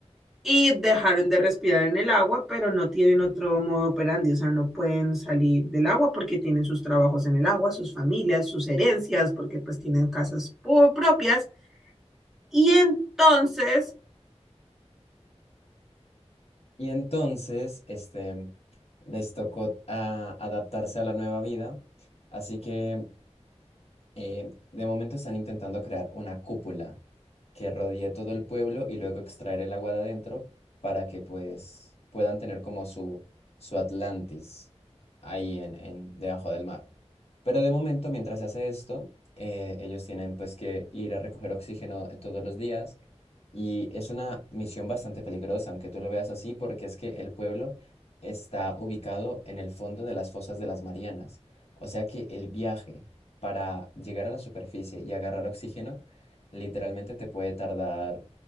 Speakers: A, in the centre; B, on the left.
A: y dejaron de respirar en el agua, pero no tienen otro modo operandi, o sea, no pueden salir del agua porque tienen sus trabajos en el agua, sus familias, sus herencias, porque pues tienen casas pu- propias. Y entonces
B: Y entonces, este, les tocó a- adaptarse a la nueva vida, así que Eh, de momento están intentando crear una cúpula que rodee todo el pueblo y luego extraer el agua de adentro para que pues puedan tener como su, su Atlantis ahí en, en debajo del mar. Pero de momento, mientras se hace esto, eh, ellos tienen pues que ir a recoger oxígeno eh, todos los días y es una misión bastante peligrosa, aunque tú lo veas así, porque es que el pueblo está ubicado en el fondo de las fosas de las Marianas. O sea que el viaje para llegar a la superficie y agarrar oxígeno, literalmente te puede tardar